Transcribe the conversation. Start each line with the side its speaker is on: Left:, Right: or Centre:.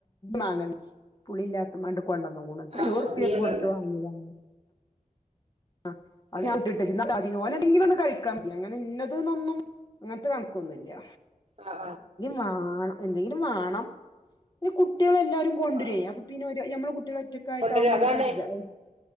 Left: മാങ്ങ <unintelligible> പുളില്ലാത്ത മാങ്ങാണ്ട് കൊണ്ടെന്ന്
Right: ആഹ്
Left: ഇരുപത് റുപ്യ
Right: നീ ഇവിടെള്ളെ
Left: കൊടുത്തവാങ്ങ ആഹ് അത് <unintelligible>
Right: ഏഹ്
Left: ഓനെന്തെങ്കിലും ഒന്ന് കഴിക്കാം അങ്ങനെ ഇന്നത് ന്നൊന്നും അങ്ങനത്തെ കണക്കൊന്നുല്ല്യ.
Right: ആഹ്
Left: വാണം എന്തെങ്കിലും വാണം ഒര് കു കുട്ടികളെല്ലരും
Right: ആഹ്
Left: കൊണ്ടുരെ
Right: ആഹ്
Left: അപ്പ പിന്നെ ഞമ്മള കുട്ടികൾ ഒറ്റക്കായിട്ടാവുമ്പോ
Right: കൊണ്ടരും
Left: നമക്കോരിതാ
Right: അതാണ്